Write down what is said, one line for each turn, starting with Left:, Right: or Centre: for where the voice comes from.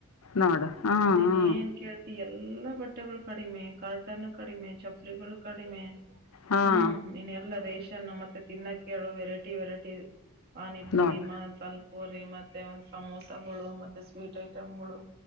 Left: ನೋಡು ಹಾಂ
Right: ನೀನ್
Left: ಹಾಂ
Right: ಏನ್ ಕೇಳ್ತಿ ಎಲ್ಲಾ ಬಟ್ಟೆಗಳು ಕಡಿಮೆ ಕಕ್ ಹನ್ನು ಕಡಿಮೆ ಚಪ್ಲಿಗಳು ಕಡಿಮೆ
Left: ಹಾಂ
Right: ಹ್ಮ್ ನೀನ್ ಎಲ್ಲಾ ರೇಷನ್ ಮತ್ತೆ ತಿನ್ನಕ್ಕೆೇಳು ವೆರೈಟಿ ವೆರೈಟಿ ಪಾನಿಪುರಿ
Left: ನೋಡು
Right: ಪೋರಿ ಮತ್ತೆ ಒ ಸಮೋಸಗಳು ಮತ್ತೆ ಸ್ವೀಟ್ ಐಟಂ್ಗಳು